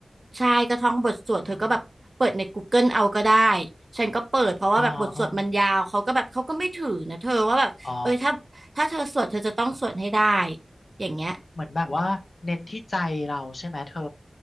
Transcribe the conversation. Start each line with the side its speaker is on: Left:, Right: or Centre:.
Right: ใช่ก็ท่องบทสวดเธอก็แบบเปิดในกูเกิ e เอาก็ได้ฉันก็เปิดเพราะว่าแบบบทสวดมันยาวเขาก็แบบเขาก็ไม่ถือนะเธอว่าแบบเอ้ยถ้าถ้าเธอสวดเธอจะต้องสวดให้ได้
Left: อ๋ออ๋ออ๋อ
Right: อย่างเงี้ย
Left: เหมือนแบบว่าเน้นที่ใจเราใช่ไหมเธอ